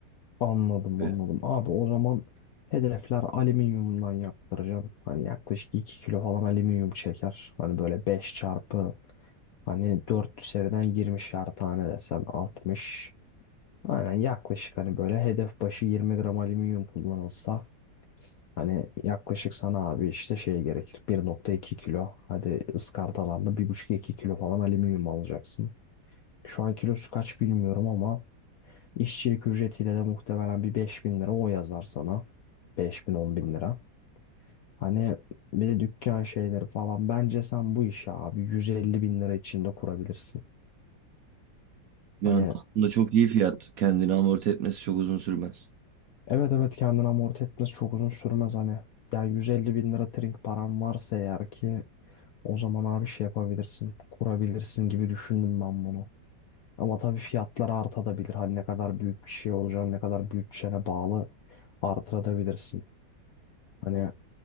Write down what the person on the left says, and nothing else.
Anladım
anladım. Abi o zaman hedefler alüminyumdan yaptıracağım. Hani yaklaşık 2 kilo falan alüminyum çeker. Hani böyle 5 çarpı hani 4 seriden yirmişer tane desen 60. Aynen yaklaşık hani böyle hedef başı 20 gram alüminyum kullanılsa hani yaklaşık sana abi işte şey gerekir bir nokta iki kilo hadi ıskartalarla bir buçuk iki kilo falan alüminyum alacaksın. Şu an kilosu kaç bilmiyorum ama işçilik ücretiyle de muhtemelen bir 5000 lira o yazar sana. beş bin 10 bin lira. Hani bir de dükkan şeyleri falan bence sen bu işi abi 150 bin lira içinde kurabilirsin.
Hani
Evet evet kendini amorti etmesi çok uzun sürmez hani. Yani 150 bin lira trink param varsa eğer ki o zaman abi şey yapabilirsin. Kurabilirsin gibi düşündüm ben bunu. Ama tabii fiyatlar artabilir. Hani ne kadar büyük bir şey olacağını ne kadar bütçene bağlı artırabilirsin. Hani